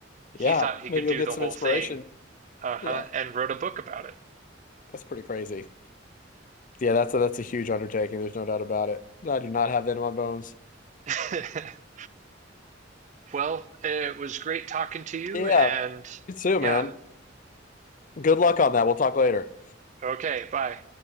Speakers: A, on the left; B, on the right.
A: Yeah,
B: He thought he
A: maybe
B: could
A: you'll
B: do
A: get
B: the
A: some
B: whole
A: inspiration.
B: thing, uh-huh,
A: Yeah,
B: and wrote a book about
A: that's pretty crazy. Yeah, that's a, that's a huge undertaking. There's no doubt about it. I do not have that in my bones.
B: it. <laughs> Well, it was great talking to you,
A: Yeah,
B: and
A: you too,
B: yeah,
A: man. Good luck on that. We'll talk later.
B: okay, bye.